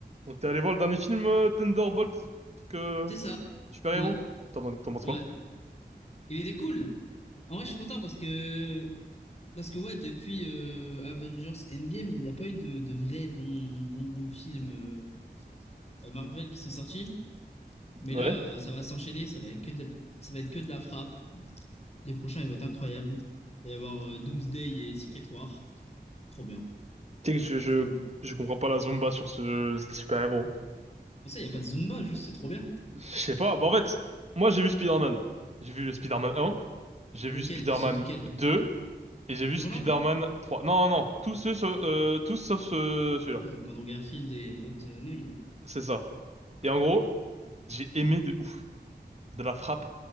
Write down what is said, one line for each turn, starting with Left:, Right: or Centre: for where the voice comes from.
Right: Donc t'es allé voir le dernier film euh, Thunderbolt, truc euh,
Left: C'est ça.
Right: super-héros?
Left: Ouais,
Right: T'en t'en penses
Left: ouais.
Right: quoi?
Left: Il était cool. En vrai, je suis content parce que parce que ouais, depuis euh, Avengers Endgame, il n'y a pas eu de, de vrais bons bons films euh, Marvel qui sont sortis. Mais
Right: Ouais.
Left: là, euh, ça va s'enchaîner, ça va être que de la- ça va être que de la frappe. Les prochains, ils vont être incroyables. Il va y avoir euh, Doomsday et Secret War. Trop bien,
Right: Tu sais que
Left: trop
Right: je,
Left: trop bien.
Right: je, je comprends pas la Zumba sur ce, ce super-héros.
Left: Pour ça, il n'y a pas de Zumba, juste c'est trop bien.
Right: Je sais pas. Bah en fait, moi j'ai vu Spider-Man. J'ai vu le Spider-Man 1, j'ai vu
Left: Lequel?
Right: Spider-Man
Left: Celui duquel?
Right: 2 et j'ai
Left: De
Right: vu
Left: Tom
Right: Spider-Man
Left: Holland?
Right: 3. Non, non, non. Tous ceux, sauf- euh, tous sauf ce- celui-là.
Left: Oui, donc Andrew Garfield et l'autre euh, Noy.
Right: C'est ça. Et en gros, j'ai aimé de ouf. De la frappe.